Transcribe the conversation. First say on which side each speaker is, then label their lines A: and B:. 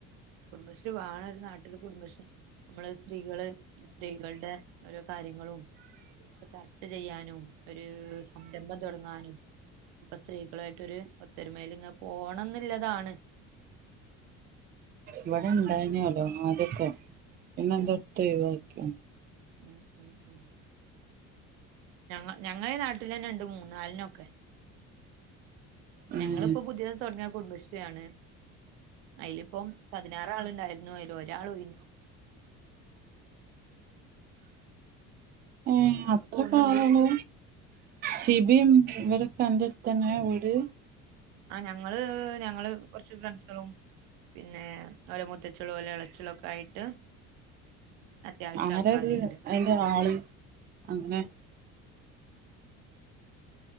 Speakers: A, on the right; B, on the right.
A: കുടുംബശ്രീ വേണ ഒരു നാട്ടില് കുടുംബശ്രീ നമ്മള് സ്ത്രീകള് സ്ത്രീകളുടെ ഓരോ കാര്യങ്ങളും ചർച്ച ചെയ്യാനും ഒരു സംരംഭം തുടങ്ങാനും അപ്പൊ സ്ത്രീ ായിട്ടൊ ഒരു ഒത്തരുമേൽി പോണംെന്നില്ലതാണ്
B: ഇവിഴ ഉണ്ടായിനല്ലോ ആതൊക്കെ എന്നന്ത
A: ആഹ്
B: എന്താ തവ ക്
A: ഉം ഉം ഉം ഞങ്ങ ഞങ്ങള നാട്ടിൽ തന്നെ ഉണ്ട് മൂന്ന നാലിനൊക്കെ ഞങ്ങളിപ്പോൊ
B: ഉം
A: പുതിയ തുടങ്ങിയ കുടുംബശ്രീയാണ് അതില ഇപ്പം പതിനാറാളുണ്ടായിരുന്നു അതില ഒരാൾോഞ്ഞോ
B: ഏ
A: ഞങ്ങളങ്ങ്
B: അത്ര
A: പോകുന്നുണ്ട്
B: പളാണ് സി ബി എം ഇവരെ കണ്ടിടുത്തന അവട്
A: ആ ഞങ്ങള് ഞങ്ങള് കുറച്ച് ഫ്രണ്ട്സും പിന്നെ ഓല മുത്തച്ചളും ഓല ഇളച്ചള ഒക്കെ ആയിട്ട് അത്യാവശ്യം
B: ആരത്
A: ആൾക്കാരുണ്ട്
B: അയിന്റെ ആള് അങ്ങനെ